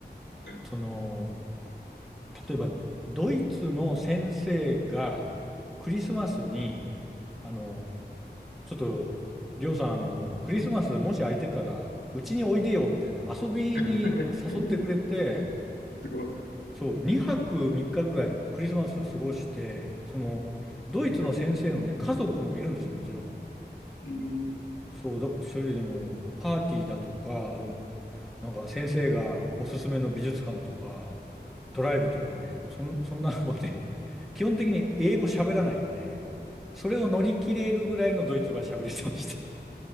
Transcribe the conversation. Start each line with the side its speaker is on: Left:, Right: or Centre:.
Left: はい。
Centre: その、例えば、ドイツの先生が、クリスマスに、あの、ちょっと、りょうさん、あの、クリスマスもし空いてたら、うちにおいでよ、みたいな、遊びに誘ってくれて、
Left: <laughs> すごい。
Centre: そう、2泊3日ぐらいクリスマス過ごして、その、ドイツの先生のね、
Left: <laughs>
Centre: 家族もいるんですよ、もちろん。
Left: えー
Centre: そう、だ、それでも、パーティーだとか、その、なんか先生がおすすめの美術館とか、ドライブとかね、そん、そんなのもね、<laughs> 基本的に英語喋らないんで、それを乗り切れるぐらいのドイツ語が喋れてました。